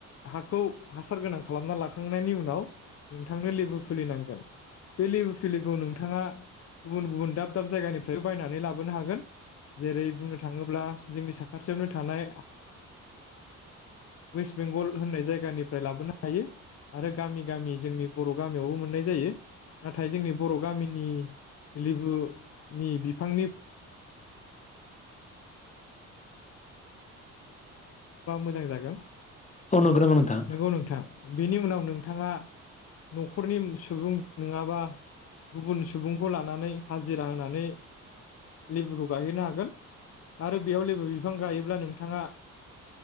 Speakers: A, on the left; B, on the left.
A: हाखौ हासार गोनां खालामना लाखांनायनि उनाव नोंथांनो लेबु फुलि नांगोन बे लेबु फुलिखौ नोंथाङा गुबुन-गुबुन दाब-दाब जायगानिफ्राय बायनानै लाबोनो हागोन जेरै बुंनो थाङोब्ला जोंनि साखाथियावनो थानाय वेस्ट बेंगल होननाय जायगानिफ्राय लाबोनो आरो गामि-गामि जोंनि बर गामियावबो मोननाय जायो नाथाय जोंनि बर गामिनि लेबु नि बिफां मोजां जागोन
B: औ नंगौ नामा नोंथां?
A: नंगौ नोंथां। बेनि उनाव नोंथाङा नखरनि सुबुं नङाबा गुबुन सुबुंखौ लानानै हाजिरा होनानै लेबुखौ गायहोनो हागोन आरो बेयाव लेबु बिफां गायोब्ला नोंथाङा